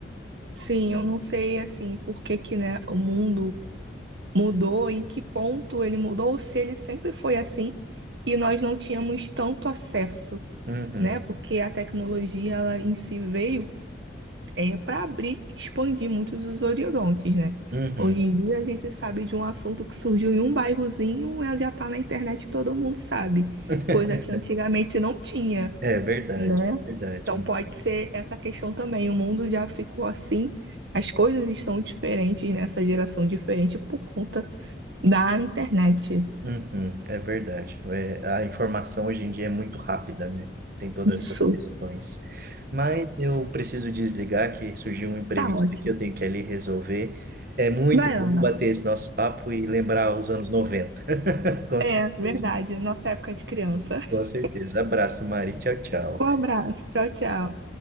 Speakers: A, on the right; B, on the right.
A: sim, eu não sei assim por que que, né, o mundo mudou, em que ponto ele mudou, ou se ele sempre foi assim e nós não tínhamos tanto acesso,
B: Uhum.
A: né? Porque a tecnologia ela em si veio é, para abrir e expandir muitos os horizontes, né?
B: Uhum.
A: Hoje em dia a gente sabe de um assunto que surgiu em um bairrozinho, ela já está na internet e todo mundo sabe,
B: <laughs>
A: coisa que antigamente não tinha,
B: É verdade,
A: né?
B: é verdade.
A: Então pode ser essa questão também. O mundo já ficou assim, as coisas estão diferentes nessa geração diferente por conta da internet.
B: Uhum, é verdade. É, a informação hoje em dia é muito rápida, né? Tem todas
A: Isso.
B: essas questões. Mas eu preciso desligar, que surgiu um imprevisto
A: Tá ótimo.
B: aqui, eu tenho que ali resolver. É muito
A: Vai,
B: bom
A: lá
B: bater esse nosso papo e lembrar os anos noventa <laughs> Com
A: É,
B: certeza,
A: verdade. Nossa época de criança. <laughs>
B: com certeza. Abraço, Mari. Tchau, tchau.
A: Um abraço. Tchau, tchau.